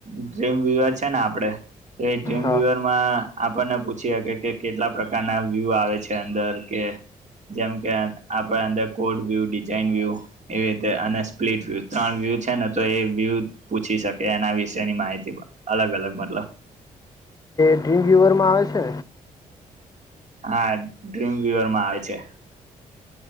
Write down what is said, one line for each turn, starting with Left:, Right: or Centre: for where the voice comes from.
Right: ડ્રીમ વિવર છે ને આપડે તો એ ટ્રીમ
Left: હા
Right: વિવરમાં આપણને પૂછી શકે કે કેટલા પ્રકારના વ્યૂ આવે છે અંદર કે જેમ કે આપણે અંદર કોડ વ્યૂ ડિઝઇન વ્યૂ એવી રીતે અને સ્પ્લિટ વ્યુ ત્રણેય છે ને તો એ વ્યુ પૂછી શકે એના વિશેની માહિતી અલગ અલગ મતલબ
Left: ડ્રીમ વ્યુવર માં આવે છે
Right: હા ડ્રીમ વ્યુવર માં આવે છે.